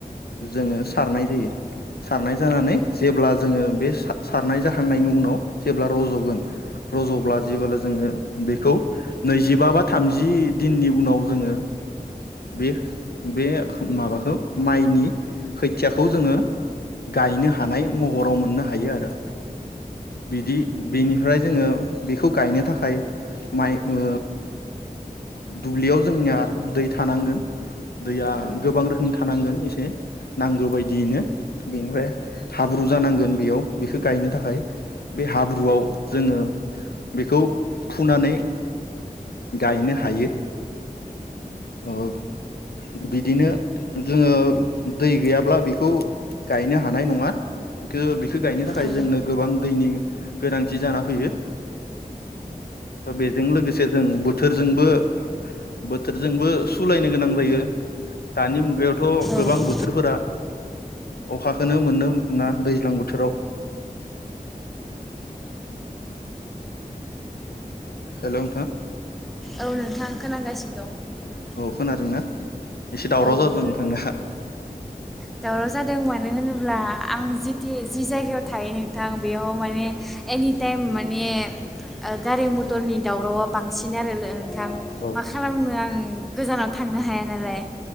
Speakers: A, on the left (about 90°); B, in the centre.
A: जोङो सारनाय जायो। सारनाय जानानै जेब्ला जोङो बे सारनाय जाखांनायनि उनाव जेब्ला रज'गोन रज'ब्ला जेबोला जोङो बेखौ नै जिबा बा थामजि दिननि उनाव जोङो बे बे माबाखौ माइनि बि खोथा खोथियाखौ जोङो गायनो हा थानाय महराव मोननो हायो आरो बिदि बेनिफ्राय जोङो बेखौ गायनो थाखाय माइ ओ दुब्लियाव जोंनिया दै थानांगोन दैया
B: औ
A: गोबां रोखोम थानांगोन एसे नांगौ बायदि दिनो बेनिफ्राय हाब्रु जानांगोन बेयाव बेखौ गायनो थाखाय बे हाब्रुआव जोङो बेखौ फुनानै गायनो हायो अ बिद बिदिनो जोङो दै गैयाब्ला बेखौ गायनो हानाय नङा खो गायनो थाखाय
B: औ
A: जोंनो गोबां दैनि गोनांथि जाना फैयो। बेजों लोगोसे जों बोथोरजोंबो बोथोरजोंबो सुलायनो गोनां जायो दानि मुगायावथ' गोबां
B: औ
A: बोथोर बोथोरफोरा अखोखौनो मोननो मोना दैज्लां बोथोराव हेलौ नोंथां
B: औ नोंथां खोनागासिनो दं
A: खोनादों ना एसे दावराव
B: औ
A: जादों
B: औ
A: नोंथां।
B: दावराव जादों मानो होनोब्ला आं जिथि जि जायगायाव थायो नोंथां बेयाव माने एनिटाइम माने गारि मथरनि दावरावा बांसिन आरो
A: औ
B: मा खालामनो आं गोजानाव थांनो हाया नालाय